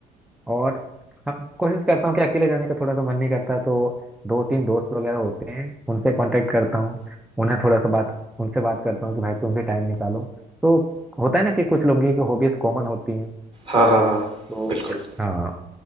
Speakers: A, in the centre; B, on the right.
A: और हम कोशिश करता हूँ कि अकेले जाने का थोड़ा सा मन नहीं करता तो दो तीन दोस्त वगैरह होते हैं उनसे कांटेक्ट करता हूँ उन्हें थोड़ा सा बात उनसे बात करता हूँ कि भाई तुम भी टाइम निकालो तो होता है ना कि कुछ लोगों की हॉबीज कॉमन होती हैं
B: हाँ हाँ हाँ
A: तो
B: बिल्कुल
A: हाँ